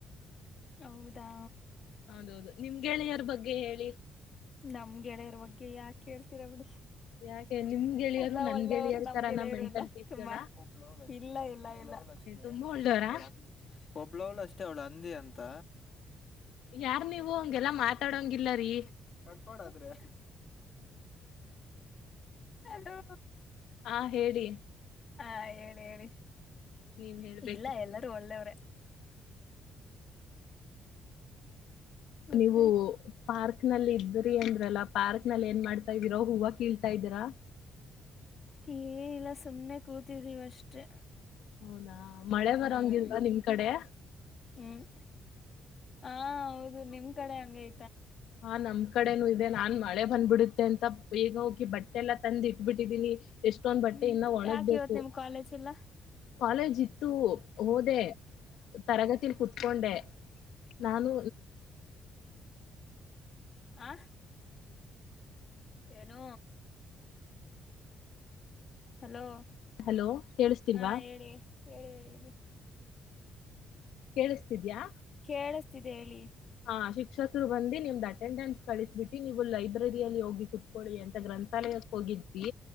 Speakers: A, on the left; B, on the left.
A: ಹೌದಾ
B: ಹೌದೌದು ನಿಮ್ ಗೆಳೆಯರ ಬಗ್ಗೆ ಹೇಳಿ
A: ನಮ್ ಗೆಳೆಯರ್ ಬಗ್ಗೆ ಯಾಕ ಕೇಳ್ತೀರಾ ಬಿಡಿ
B: ಯಾಕೆ ನಿಮ್ ಗೆಳೆಯರು
A: ಎಲ್ಲ
B: ನನ್
A: ಒಳ್ಳೆಯವರು
B: ಗೆಳೆಯರ್
A: ನಮ್ಗೆಳೆಯರು
B: ತರಾನ ಮೆಂಟಲ್
A: ಎಲ್ಲಾ
B: ಪೀಸ್ಗಳ
A: ತುಂಬಾ ಇಲ್ಲಾ ಇಲ್ಲಾ ಅಷ್ಟೇ
B: ತುಂಬಾ ಒಳ್ಳೆಯವರಾ
A: ಅವಳ ಒಬ್ಳವ್ಳ ಅಷ್ಟೇ ಅವ್ಳ ಹಂದಿ ಅಂತ
B: ಯಾರ್ ನೀವು ಹಗೆಲ್ಲಾ ಮಾತಾಡಂಗಿಲ್ಲರಿ
A: ಕಟ್ಪಾಡಾದ್ರೆ ಹಲೋ
B: ಹಾ ಹೇಳಿ
A: ಹಾ ಹೇಳಿ ಹೇಳಿ
B: ನೀವ್ ಹೇಳ್ಬೇಕಿತ್ತು
A: ಇಲ್ಲ ಎಲ್ಲರೂ ಒಳ್ಳೆಯವ್ರೆ. ಮತ್ತೆ
B: ನೀವು ಪಾರ್ಕ್ ನಲ್ಲಿ ಇದ್ರಿ ಅಂದ್ರಲ್ಲ ಪಾರ್ಕ್ ನಲ್ಲಿ ಏನ್ ಮಾಡ್ತಾ ಇದ್ದೀರಾ ಹೂವು ಕೀಳ್ತಾ ಇದೀರಾ
A: ಏನ ಇಲ್ಲಾ ಸುಮ್ನೆ ಕೂತಿದ್ದೀವಿ ಅಷ್ಟೆ
B: ಹೌದಾ ಮಳೆ
A: ಹ್ಮ್
B: ಬರಂಗಿಲ್ವಾ ನಿಮ್ ಕಡೆ
A: ಹ್ಮ್ ಹಾ ಹೌದು ನಿಮ್ ಕಡೆ ಹಂಗೈ
B: ಹಾ ನಮ್ ಕಡೆನೂ ಇದೆ ನಾನ್ ಮಳೆ ಬಂದ್ಬಿಡುತ್ತೆ ಅಂತ ಬೇಗ ಹೋಗಿ ಬಟ್ಟೆ ಎಲ್ಲ ತಂದು ಇಟ್ಬಿಟ್ಟಿದ್ದೀನಿ ಎಷ್ಟೊಂದ ಬಟ್ಟೆ
A: ಹ್ಮ್
B: ಇನ್ನ ಒಣಗ್ಬೇಕು
A: ಯಾಕ ಇವತ್ ನಿಮ್ ಕಾಲೇಜ್ ಇಲ್ಲ
B: ಕಾಲೇಜ್ ಇತ್ತು, ಹೋದೆ ತರಗತಿಲಿ ಕುತ್ಕೊಂಡೆ ನಾನು
A: ಆ ಏನೋ ಹಲೋ
B: ಹಲೋ ಕೇಳಿಸ್ತಿಲ್ವಾ
A: ಹಾ ಹೇಳಿ, ಹೇಳಿ, ಹೇಳಿ
B: ಕೇಳಸತಿದ್ಯಾ
A: ಕೇಳಸ್ತಿದೆ ಹೇಳಿ
B: ಹ ಶಿಕ್ಷಕರು ಬಂದು ನಿಮ್ ದಾಟ್ಟ ಅಟೆಂಡೆನ್ಸ್ ಕಳಿಸ್ಬಿಟ್ಟಿ ನೀವು ಲೈಬ್ರರಿಯಲ್ಲಿ ಹೋಗಿ ಕುತ್ಕೊಳ್ಳಿ ಅಂತ ಗ್ರಂಥಾಲಯಕ್ಕೆ ಹೋಗಿದ್ವಿ